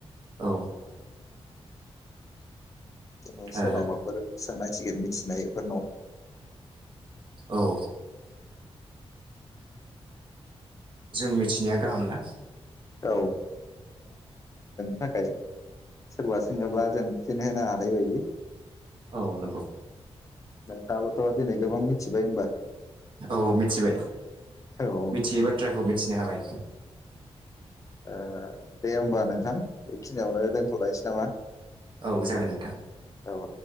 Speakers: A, on the right (about 50°); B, on the left (about 30°).
A: औ
B: से सोनावबाफोर
A: ओ
B: सोंनांसिगोन मिथिनायफोरनाव
A: औ जों मिथिनाया गाहाम ना
B: औ <unintelligible> <unintelligible> थाखाय सोरबा सोङोब्ला जों फिन होनो हानाय बायदि
A: औ नंगौ
B: नोंथांआबोथ' दिनै गोबां मिथिबाय होमबा।
A: औ मिथिबाय
B: औ ओ
A: मिथियै बाथ्राखौ मिथि मिथिनो हाबाय
B: ओ दे होमबा नोंथां। बेखिनियावनो दोनथ'लायनोसै नामा?
A: औ जागोन नोंथां
B: औ